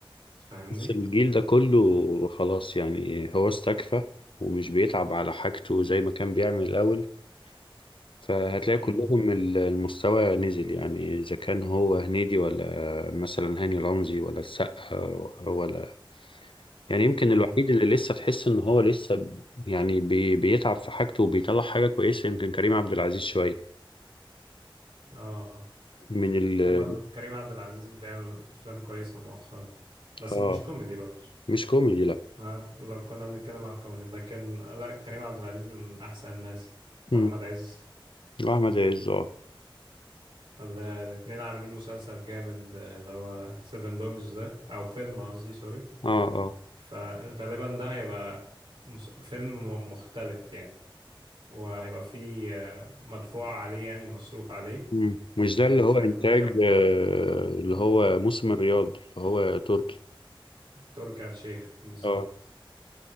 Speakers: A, on the right; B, on the left.
A: فاهمني
B: بس الجيل ده كله خلاص يعني هو استكفى ومش بيتعب على حاجته زي ما كان بيعمل الأول فهتلاقي
A: امم
B: كلهم ال- المستوى نزل يعني إذا كان هو هنيدي ولا مثلا هاني رمزي ولا السقا ولا يعني يمكن
A: امم
B: الوحيد اللي لسه تحس إن هو لسه ب- يعني بي بيتعب في حاجته وبيطلع حاجة كويسة يمكن كريم عبد العزيز شوية
A: اه
B: من ال
A: هما ال- كريم عبد العزيز بيعمل افلام كويسة مؤخرا بس
B: آه
A: مش كوميدي برضه
B: مش كوميدي لأ
A: آه، لو كنا بنتكلم عن الكوميدي لكن لا كريم عبد العزيز من احسن الناس واحمد
B: مم.
A: عز
B: وأحمد عز آه
A: ال- الاتنين عاملين مسلسل جامد آه، اللي هو سيفن دوجز ده او فيلم قصدي سوري
B: آه آه
A: فغالبا ده هيبقى مس... فيلم م- مختلف يعني وهيبقى فيه آه، مدفوع عليه يعني مصروف عليه
B: مم. مش ده
A: وشكله
B: اللي هو إنتاج
A: فيه أفكار
B: آه، اللي هو موسم الرياض اللي هو تركي
A: تركي آل الشيخ بالظبط
B: آه